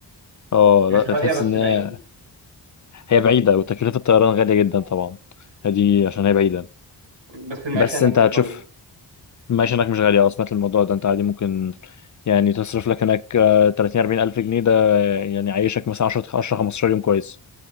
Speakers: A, on the left; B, on the right.
A: اه
B: مش غالية
A: لا تحس
B: بس
A: ان هي
B: بعيد
A: هي بعيده وتكلفه الطيران غاليه جدا طبعا دي عشان هي بعيده
B: بس المعيشة
A: بس
B: هناك
A: انت
B: مش
A: هتشوف
B: غالية
A: المعيشه هناك مش غاليه اه سمعت الموضوع ده انت عادي ممكن يعني تصرف لك هناك آه، 30 40 الف جنيه ده آه، يعني عايشك مثلا 10 10 15 يوم كويس